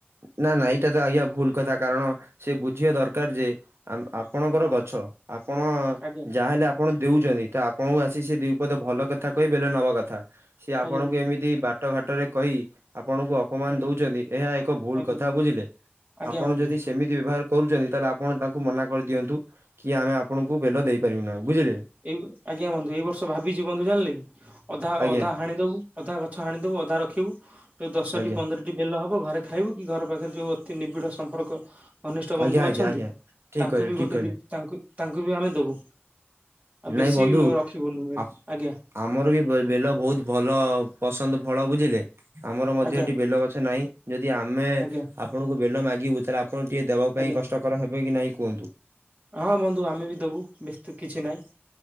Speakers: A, on the right; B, on the right.
A: ନା ନା ଏଇଟା ତ ଆଜ୍ଞା ଭୁଲ କଥା କାରଣ ସେ ବୁଝିବା ଦରକାର ଯେ ଆ ଆପଣଙ୍କର ଗଛ ଆପଣ
B: ଆଜ୍ଞା
A: ଯାହାହେଲେ ଆପ ଆପଣ ଦେଉଛନ୍ତି ତ ଆପଣଙ୍କୁ ଆସି ସେ ଦିପଦ ଭଲ କଥା କହି ବେଲ ନବା କଥା। ସିଏ ଆପଣଙ୍କୁ
B: ଆଜ୍ଞା
A: ଏମିତି ବାଟ ଘାଟରେ କହି ଆପଣଙ୍କୁ ଅପମାନ
B: ଆଜ୍ଞା
A: ଦଉଛନ୍ତି ଏହା ଏକ ଭୁଲ
B: ଆଜ୍ଞା
A: କଥା ବୁଝିଲେ
B: ଆଜ୍ଞା
A: ଆପଣ
B: ବନ୍ଧୁ।
A: ଯଦି ସେମିତି ବ୍ୟବହାର କରୁଛନ୍ତି ତାହେଲେ ଆପଣ ତାଙ୍କୁ ମନା କରିଦିଅନ୍ତୁ। କି ଆମେ ଆପଣଙ୍କୁ ବେଲ ଦେଇପାରିବୁ ନାହିଁ ବୁଝିଲେ।
B: ଏଇ ଆଜ୍ଞା ବନ୍ଧୁ ଏଇ ବର୍ଷ ଭାବିଛି ବନ୍ଧୁ ଜାଣିଲେ କି ଅଧା
A: ଆଜ୍ଞା
B: ଅଧା ହାଣିଦବୁ। ଅଧା ଗଛ ହାଣିଦବୁ ଅଧା ରଖିବୁ ଯଉ ଦଶଟି
A: ଆଜ୍ଞା
B: ପନ୍ଦର କି ବେଲ ହବ ଘରେ ଖାଇବୁ କି ଘର ପାଖରେ ଯୋଉ ଅତି ନିବିଡ ସମ୍ପର୍କ ଘନିଷ୍ଟ ବନ୍ଧୁ
A: ଆଜ୍ଞା ଆଜ୍ଞା
B: ଅଛନ୍ତି
A: ଆଜ୍ଞା। ଠିକ
B: ତାଙ୍କୁ
A: କହିଲେ
B: ବି
A: ଠିକ
B: ଗୋଟେ
A: କହିଲେ
B: ଦି ତାଙ୍କୁ ତାଙ୍କୁ ବି ଆମେ ଦେବୁ। ଆଉ
A: ନାଇଁ
B: ବେଶୀ
A: ବନ୍ଧୁ
B: ରଖିବୁନୁ
A: ଆ
B: ଆଜ୍ଞା।
A: ଆମର ବି ବେଲ ବହୁତ ଭଲ ପସନ୍ଦ ଫଳ ବୁଝିଲେ। ଆମର ମଧ୍ୟ
B: ଆଜ୍ଞା
A: ଏଠି ବେଲ ଗଛ ନାହିଁ ଯଦି ଆମେ
B: ଆଜ୍ଞା
A: ଆପଣଙ୍କୁ ବେଲ ମାଗିବୁ ତାହେଲେ ଆପ ଆପଣ ଟିକେ ଦେବା
B: ଆଜ୍ଞା
A: ପାଇଁ କଷ୍ଟକର ହେବେ କି ନାଇଁ କୁହନ୍ତୁ?
B: ହଁ ବନ୍ଧୁ ଆମେ ବି ଦବୁ ବେସ୍ତ କିଛି ନାହିଁ।